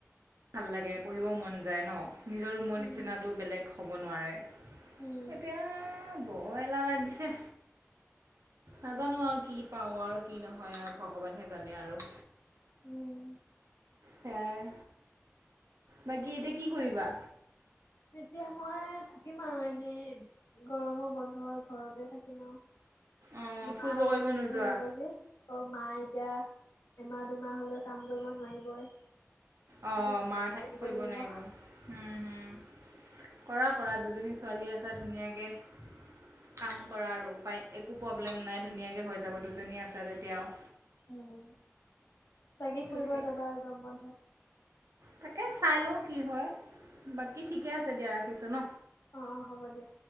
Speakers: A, on the right; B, on the left.
A: ভাল লাগে পঢ়িব মন যায় ন, নিজৰ ৰুমৰ
B: উম,
A: নিচিনাটো বেলেগ হ'ব নোৱাৰে।
B: উম,
A: তাকে বৰ এলাহ লাগিছে। নাজানোঁ আৰু কি পাওঁ আৰু কি নহয় আৰু ভগৱানহে জানে আৰু।
B: উম।
A: সেইয়াই। বাকী এতিয়া কি কৰিবা?
B: এতিয়া মই থাকিম আৰু এনেই। গৰমৰ বন্ধ ঘৰতে থাকিম আৰু।
A: অঁ
B: লুকা
A: ফুৰিব
B: লগত
A: কৰিব
B: থাকিব
A: নোযোৱা?
B: লাগিব যি চব মা এতিয়া এমাহ-দুমাহ হলে কাম কৰিব নোৱাৰিবই।
A: অ',
B: সেইটো
A: মা ঠাইত কৰিব
B: লাগিব।
A: নোৱাৰিব। উম হুম, কৰা-কৰা দুজনী ছোৱালী আছা ধুনীয়াকে কাম কৰা আৰু উপায় একো প্ৰব্লেম নাই ধুনীয়াকৈ হৈ যাব দুজনী আছা যেতিয়া আও।
B: উম, বাকি ফুৰিব
A: ঠিকে।
B: যাবা আৰু গম বন্ধত?
A: তাকে চাই লওঁ কি হয়, বাকী ঠিকে আছে দিয়া ৰাখিছোঁ ন।
B: অ', হ'ব দিয়া।